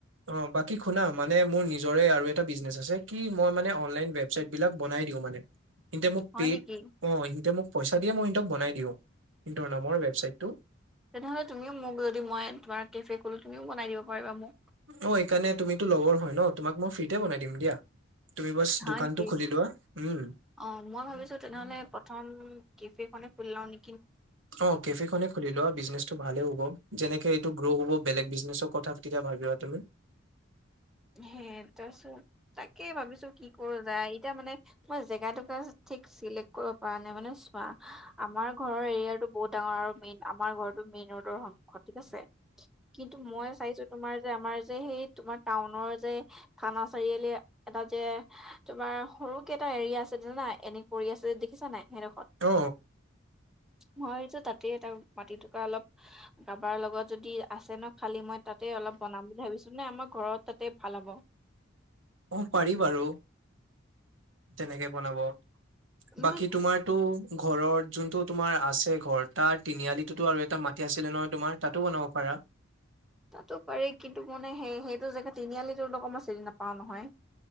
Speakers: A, on the right; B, in the centre.
A: অ বাকী শুনা মানে মোৰ নিজৰে আৰু এ বিজনে আছে কি মই মানে অনলাইন ৱেবচাইট বিলাক বনাই দিওঁ মানে এতিয়া মোক
B: হয়
A: পেট
B: নেকি
A: অ এতে মোক পইচা দিয়ে মই সহতক বনাই দিওঁ ইিহঁৰ নামৰ ৱেবচাইটটো
B: তেনেহ'লে তুমিও মোক যদি মই তোমাৰ কেফে গলে তুমিও বনাই দিব পাৰিবা মোক
A: অ সকাৰণে তুমিতো লগৰ হয় ন তোমাক মই ফ্ৰীতে বনাই দিম দিয়া তুমি বাছ
B: হয়
A: দোকানটো
B: নেকি
A: খুলি লোৱা উম
B: অ মই ভাবিছো তেনেহলে প্ৰথম কেফে কনে খুললাও নি
A: অ কেফে খনে খুলি লোৱা বিজনেচটো ভালে হ'ব যেনেকে এইটো গ্ৰ' হ'ব বেলেগ বিজনেছৰ কথা কেতিয়া ভাবিবা তুমি
B: সে তাৰিছত তাকে ভাবিছো কি কৰো যা এতিয়া মানে মই জেগা ঠিক চিলেক্ট কৰিব পৰা নাই মানে চোৱা আমাৰ ঘৰৰ এৰিয়াতো বহুত ডাঙৰ আৰু মেইন আমাৰ ঘো মেইন ৰোডৰ সংখ্য ঠিক আছে কিন্তু মই চাইছো তোমাৰ যে আমাৰ যে সেই টাউনৰ যে থানা চাৰিআলি এটা যে তোমাৰ সৰুকে এটা এৰিয়া আছে জানাই এনে পৰি আছে দেখিছা নাই সেইদখ
A: তো
B: মই তাতে তাক মাটি থকা অলপ কাৰবাৰ লগত যদি আছে ন খালী মই তাতে অলপ বনাম বুলি ভাবিছো মানে আমাৰ ঘৰত তাতে ভাল হ'ব
A: অ পাৰি বাৰু তেনেকে বনাব
B: মই
A: বাকী তোমাৰটো ঘৰ যোনটো তোমাৰ আছে ঘৰত তাৰ তিনিআলিটোতো আৰু এটা মাটি আছিলে নহয় তোমাৰ তাতো বনাব পাৰা
B: তাতো পাৰি কিন্তু মানে সেইটো জেগা তিনিআলি তেওঁলোক মই চিনি নাপাও নহয়